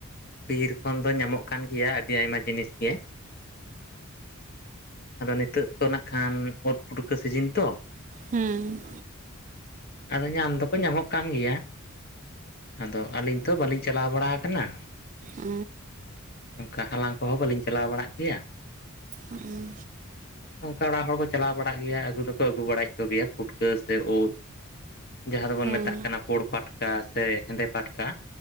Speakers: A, on the left (about 50°); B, on the right (about 35°).
A: ᱵᱤᱨ ᱠᱷᱚᱱ ᱫᱚ ᱧᱟᱢᱚᱜ ᱠᱟᱱ ᱜᱮᱭᱟ ᱟᱹᱰᱤ ᱟᱭᱢᱟ ᱡᱤᱱᱤᱥ ᱜᱮ᱾ ᱟᱫᱚ ᱱᱤᱛᱚᱜ ᱫᱚ ᱱᱟᱜ ᱠᱷᱟᱱ ᱚᱛ ᱯᱩᱴᱠᱟᱹ ᱥᱤᱡᱤᱱ ᱛᱚ᱾
B: ᱦᱮᱸ᱾
A: ᱟᱫᱚ ᱧᱟᱢ ᱫᱚᱠᱚ ᱧᱟᱢᱚᱜ ᱠᱟᱱ ᱜᱮᱭᱟ᱾ ᱟᱫᱚ ᱟᱞᱤᱧ ᱛᱚ ᱵᱟᱞᱤᱧ ᱪᱟᱞᱟᱣ ᱵᱟᱲᱟ ᱟᱠᱟᱱᱟ᱾
B: ᱚᱹ᱾
A: ᱚᱱᱠᱟ ᱦᱟᱞᱟᱝ ᱠᱚᱦᱚᱸ ᱵᱟᱹᱞᱤᱧ ᱪᱟᱞᱟᱣ ᱵᱟᱲᱟᱜ ᱜᱮᱭᱟ᱾
B: ᱚᱸᱜ ᱩᱸ᱾
A: ᱱᱚᱝᱠᱟ ᱚᱲᱟᱜ ᱦᱚᱲ ᱠᱚ ᱪᱟᱞᱟᱣ ᱵᱟᱲᱟᱜ ᱜᱮᱭᱟ ᱟᱹᱜᱩ ᱫᱚᱠᱚ ᱟᱹᱜᱩ ᱵᱟᱲᱟᱭᱮᱜ ᱠᱚ ᱜᱮᱭᱟ ᱯᱩᱴᱠᱟᱹ ᱥᱮ ᱩᱫ᱾ ᱡᱟᱦᱟᱸ ᱫᱚᱵᱚᱱ
B: ᱦᱮᱸ
A: ᱢᱮᱛᱟᱜ ᱠᱟᱱᱟ ᱯᱩᱬ ᱯᱟᱴᱠᱟ ᱥᱮ ᱦᱮᱸᱫᱮ ᱯᱟᱴᱠᱟ᱾